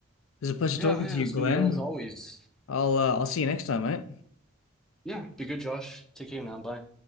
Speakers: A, on the left; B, in the centre.
A: It's a pleasure
B: Yeah,
A: talking
B: yeah,
A: to you,
B: it's
A: Glenn.
B: been real as always.
A: I'll, uh, I'll see you next time, mate.
B: Yeah, be good, Josh. Take care now. Bye.